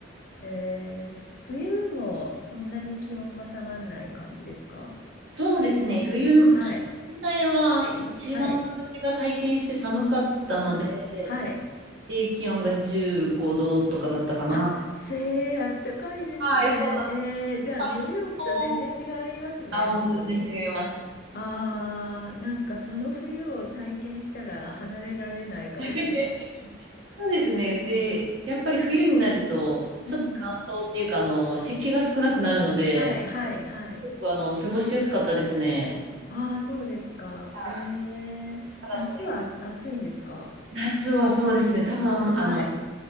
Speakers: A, on the left (about 50°); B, on the right (about 70°).
A: あ、えー、冬もそんなに気温は下がんない感じですか
B: そうですね。冬の気温自体は一番私が体験して寒かったので、
A: はい。はい。はい。はい。
B: 最低気温が15度とかだったかな。
A: あ、せー、あったかいですね。
B: はい、そうなんです。
A: えー、じゃあニューヨークと全然違いますね、
B: やっぱり昼間はあ、もう全然違います。
A: 本当に。ああ、なんかその冬を体験したら離れられないかもしれない。
B: <laughs> そうですね。で、やっぱり冬になると、
A: うん。
B: ちょっと乾燥っていうか、あの、湿気が少なくなるので、
A: はい、はい、はい。
B: すごくあの、過ごしやすかったですね。
A: ああ、そうですか。
B: はい。
A: えー夏は暑いんですか
B: ただもう、夏はそうですね。多分、あの、
A: はい。
B: あの